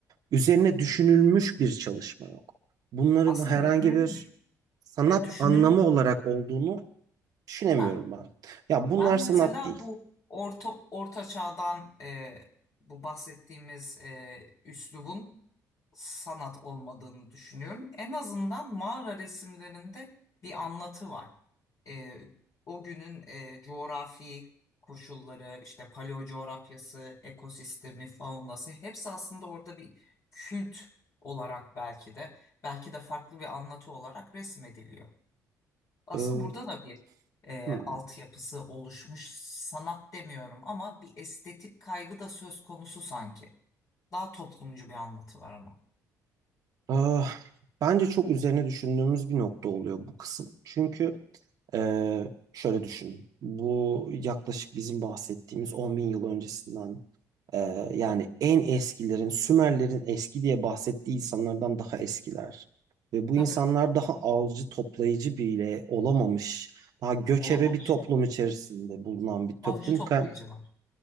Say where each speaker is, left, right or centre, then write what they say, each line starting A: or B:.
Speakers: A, on the right (about 60°); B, on the left (about 50°).
A: Üzerine düşünülmüş bir çalışma yok. Bunların
B: Aslında
A: herhangi
B: düşünülmüş.
A: bir sanat
B: E, düşünülmüş.
A: anlamı olarak olduğunu düşünemiyorum
B: Ha.
A: ben. Ya
B: Ben
A: bunlar sanat
B: mesela
A: değil.
B: bu orta orta çağdan e, bu bahsettiğimiz e, üslubun sanat olmadığını düşünüyorum. En azından mağara resimlerinde bir anlatı var. E, o günün e, coğrafi koşulları, işte paleo coğrafyası, ekosistemi, faunası hepsi aslında orada bir kült olarak belki de belki de farklı bir anlatı olarak resmediliyor. Aslında
A: Ee,
B: burada da bir e,
A: hmm.
B: altyapısı oluşmuş. Sanat demiyorum ama bir estetik kaygı da söz konusu sanki. Daha toplumcu bir anlatı var ama.
A: Ah, bence çok üzerine düşündüğümüz bir nokta oluyor bu kısım. Çünkü eee, şöyle düşün. Bu yaklaşık bizim bahsettiğimiz 10 bin yıl öncesinden eee, yani en eskilerin, Sümerlerin eski diye bahsettiği insanlardan daha eskiler. Ve bu
B: Tabii.
A: insanlar daha avcı toplayıcı bile olamamış, daha göçebe
B: Olamamış
A: bir toplum
B: değil mi?
A: içerisinde bulunan bir toplumken
B: Avcı toplayıcılar.